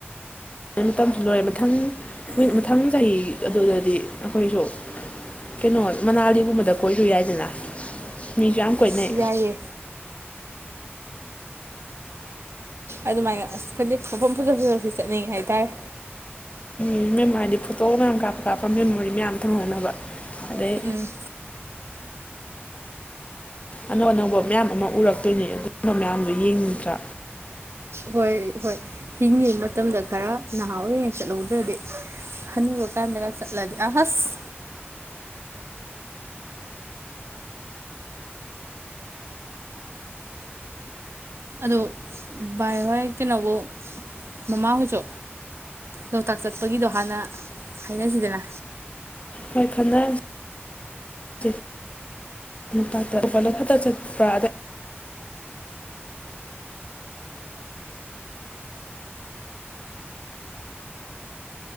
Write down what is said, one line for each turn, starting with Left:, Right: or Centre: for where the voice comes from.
Left: ꯃꯇꯝꯁꯨ ꯂꯣꯏꯔꯦ ꯃꯊꯪ ꯃꯊꯪ ꯆꯍꯤ ꯑꯗꯨꯗꯗꯤ ꯑꯩꯈꯣꯏꯁꯨ ꯀꯩꯅꯣ ꯃꯅꯥꯂꯤꯒꯨꯝꯕꯗ ꯀꯣꯏꯔꯨ ꯌꯥꯏꯗꯅ ꯃꯤꯁꯨ ꯌꯥꯝ ꯀꯣꯏꯅꯩ
Right: ꯑꯁ ꯌꯥꯏꯌꯦ ꯑꯗꯨꯃꯥꯏꯅ ꯑꯁ ꯈꯪꯗꯦ ꯃꯐꯝ ꯐꯖꯥ ꯐꯖꯕꯁꯤ ꯆꯠꯅꯤꯡꯉꯤ ꯍꯥꯏꯇꯥꯔꯦ
Left: ꯈꯪꯗꯦ ꯃꯗꯤ ꯐꯣꯇꯣ ꯃꯌꯥꯝ ꯀꯥꯞꯄ ꯀꯥꯞꯄ ꯃꯦꯃꯣꯔꯤ ꯃꯌꯥꯝ ꯊꯝꯍꯧꯅꯕ ꯑꯗꯩ
Right: ꯎꯝ
Left: ꯑꯅꯧ ꯑꯅꯧꯕ ꯃꯌꯥꯝ ꯑꯃ ꯎꯔꯛꯇꯣꯏꯅꯤ ꯑꯗꯨꯒꯨꯝꯕ ꯃꯌꯥꯝꯗꯨ ꯌꯦꯡꯅꯤꯡꯗ꯭ꯔꯥ
Right: ꯍꯣꯏ ꯍꯣꯏ ꯍꯤꯡꯉꯤꯕ ꯃꯇꯝꯗ ꯈꯔ ꯅꯍꯥ ꯑꯣꯏꯔꯤꯉꯩ ꯆꯠꯍꯧꯗ꯭ꯔꯗꯤ ꯍꯅꯨꯔꯀꯥꯟꯗꯒ ꯆꯠꯂꯗꯤ ꯑ ꯍꯁ ꯑꯗꯣ ꯚꯥꯏ ꯍꯣꯏ ꯀꯩꯅꯣꯕꯨ ꯃꯃꯥꯍꯣꯏꯁꯨ ꯂꯣꯛꯇꯥꯛ ꯆꯠꯄꯒꯤꯗꯣ ꯍꯥꯟꯅ ꯍꯥꯏꯅꯁꯤꯗꯅ
Left: ꯍꯣꯏ ꯈꯟꯅꯁꯤ ꯂꯣꯛꯇꯇ ꯎꯄꯂꯣ ꯈꯛꯇ ꯆꯠꯄ꯭ꯔꯥ